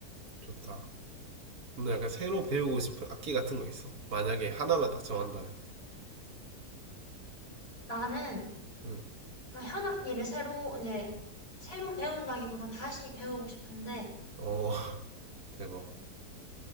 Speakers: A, on the right (about 60°); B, on the left (about 65°).
A: 좋다. 근데 약간 새로 배우고 싶은 악기 같은 거 있어? 만약에 하나만 딱 정한다면.
B: 나는,
A: 음.
B: 그러니까 현악기를 새로, 이제, 새로 배운다기보다 다시 배우고 싶은데,
A: 어, <laughs> 대박.